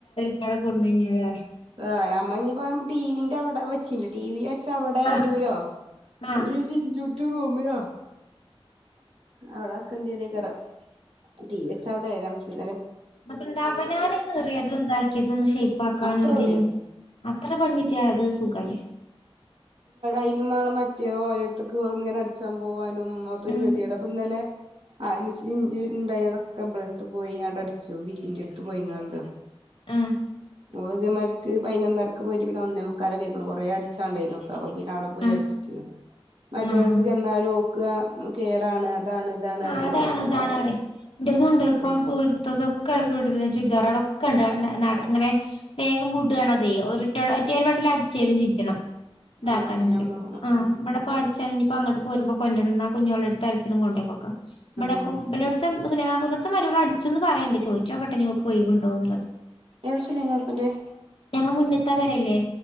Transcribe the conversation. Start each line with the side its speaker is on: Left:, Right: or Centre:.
Left: ക്കവടെ കൊട്ന്ന് കൈഞ്ഞാലേ
Right: ആഹ് ഞ ഞ്ഞി പ്പോ ടീ വി ന്റ വടെ വെച്ചീഞ്ഞിലെ ടീ വി വെ ചവടെ
Left: ആഹ്
Right: അരൂലോ <unintelligible>
Left: ആഹ്
Right: റൂമിലോ അവിടെ വെക്കേണ്ടി വരേയ്കാരം ടീവി വെച്ചവടെ എവടെ ഞമ്മക്ക് വെക്ക്
Left: നാപ്പെന്താ അവനാന് കീറ്യേതും താക്കാനും ഷേയ്പാക്കാനും
Right: അത്രൊള്ളേ
Left: തിനും അത്ര പണികിട്ടിയാ അത് സുഖല്ലേ.
Right: അുംേ മറ്റേ ഓരടുത്തക്ക് ഇങ്ങനെ അടിച്ചാൻ പോവാനും അതൊരു
Left: ഉം
Right: ഗതിയട അപ്പൊ ഇന്നലെ അ ഇണ്ടായി അതൊക്കെ ഇടെ അടുത്ത് പോയിണ്ട് അടിച്ചു ബജിന്റെ അടുത്ത് പോയിങ്ങണ്ട്
Left: ആഹ്
Right: ഓള്തേമാര്ക്ക് പൈനൊന്നരക്ക് പോയ്റ്റ് പിന്നെ ഒന്നേ മുക്കാലൊക്കൈക്കുണു കുറേ അടിച്ചാഡൈനു ഓൾക്ക് അപ്പ പിന്നെ അവിടെ പോയി
Left: ആഹ്
Right: അടിച്ച്ക്കേനു മറ്റൊളര്ത്ത്ക്ക്
Left: ആഹ് ആഹ്
Right: ചെന്നാലും ഓക്ക് കേടാണ് അതാണ് ഇതാണ്
Left: ആഹ്
Right: അറിയണോളേ
Left: അതാണ് ഇതാണ് പറയും ഇന്റെതൂണ്ട് ഇപ്പൊ
Right: ആഹ്
Left: ഇട്ത്തതൊക്കെട ചുരിദാറാളൊക്കെണ്ട് ങ്ങനെ നട വേഗം വുടാണതെ ഒറ്റ ഒരു വട്ടേലും അടിച്ചേലും ചിജ്ജണം ഇതാക്കാണെങ്കിലും
Right: അതാണ് ഞമ്മള്
Left: ആഹ് ഇമ്മടെ ടിച്ചെങ്കിലും അപ്പ അങ്ങോട്ട് പോരുമ്പോ കൊണ്ടന്നാ കുഞ്ഞങ്ങൾടെ അടുത്ത് ഇത്തിരി കൊണ്ടകൊടുക്കണം ഇബടെപ്പോ
Right: ആഹ്
Left: <unintelligible> ഇത്ത മരുമോളെ അടിച്ചുന്ന് പറയിണ്ട് ചോദിച്ചോക്കെട്ടെ ഇനി ഒഴിവുമുണ്ടോന്ന്
Right: <unintelligible>
Left: ഞങ്ങ മുന്നെത്താൻ പെരില്ലേ